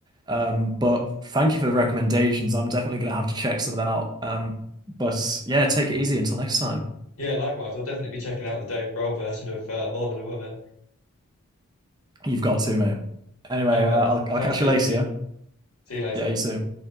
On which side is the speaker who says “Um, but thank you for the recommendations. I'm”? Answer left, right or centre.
Right